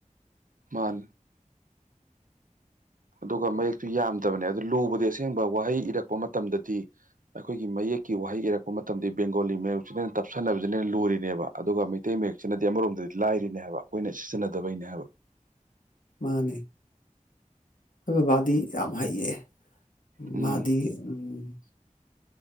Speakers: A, on the right; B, on the left.
A: ꯃꯥꯜ ꯑꯗꯨꯒ ꯃꯌꯦꯛꯇꯨ ꯌꯥꯝꯗꯕꯅꯦ ꯑꯗꯨ ꯂꯨꯕꯗꯤ ꯑꯁꯦꯡꯕ ꯋꯥꯍꯩ ꯏꯔꯛꯄ ꯃꯇꯝꯗꯗꯤ ꯑꯩꯈꯣꯏꯒꯤ ꯃꯌꯦꯛꯀꯤ ꯋꯥꯍꯩ ꯏꯔꯛꯄ ꯃꯇꯝꯗ ꯕꯦꯡꯒꯣꯂꯤ ꯃꯌꯦꯛꯁꯤꯅꯦ ꯇꯞꯁꯟꯅꯅꯕꯁꯤꯅꯅ ꯂꯨꯔꯤꯅꯦꯕ ꯑꯗꯨꯒ ꯃꯩꯇꯩ ꯃꯌꯦꯛꯁꯤꯅꯗꯤ ꯑꯃꯔꯣꯝꯗꯗꯤ ꯂꯥꯏꯔꯤꯅꯦ ꯍꯥꯏꯕ ꯑꯩꯈꯣꯏꯅ ꯁꯤꯖꯤꯟꯅꯗꯕꯩꯅꯦ ꯍꯥꯏꯕ
B: ꯃꯥꯅꯦ ꯑꯩꯣꯏ ꯕꯕꯥꯗꯤ ꯌꯥꯝ ꯍꯩꯌꯦ
A: ꯎꯝ
B: ꯃꯥꯗꯤ ꯎꯝ